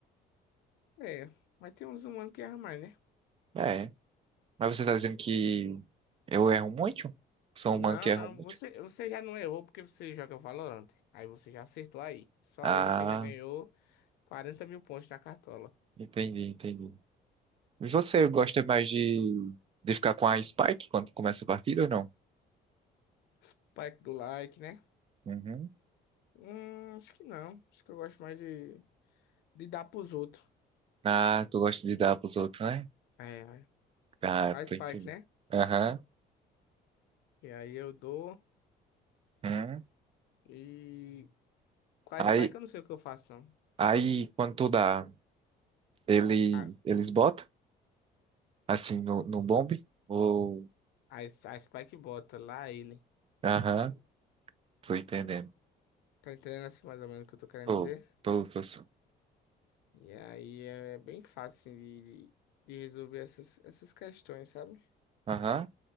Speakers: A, on the left; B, on the right.
A: É. Mas tem uns humanos que erram mais, né?
B: É. Mas você tá dizendo que eu erro muito? Sou
A: Não,
B: um humano que erro
A: não.
B: muito?
A: Você, você já não errou porque você joga Valorant. Aí você já acertou aí. Só
B: Ah,
A: aí você já ganhou 40 mil pontos na cartola.
B: entendi, entendi. E Você gosta mais de, de ficar com a Spike quando começa a partida ou não?
A: Spike do like, né?
B: Uhum.
A: Hum, acho que não. Acho que eu gosto mais de, de dar pros outros.
B: Ah, tu gosta de dar pros outros, né?
A: É, é.
B: Ah,
A: a
B: tô
A: Spike,
B: entendendo.
A: né?
B: Aham.
A: E aí eu dou.
B: Uhum.
A: E com a
B: Aí,
A: Spike eu não sei o que eu faço, não.
B: aí, quando tu dá, ele,
A: A,
B: eles botam, assim, no, no bombe? Ou...
A: a, a Spike bota lá ele.
B: Aham, tô entendendo.
A: Tá entendendo assim mais ou menos o que eu tô querendo
B: Tô,
A: dizer?
B: tô, tô. sim.
A: E aí é bem fácil assim, de, de de resolver essas, essas questões, sabe?
B: Aham.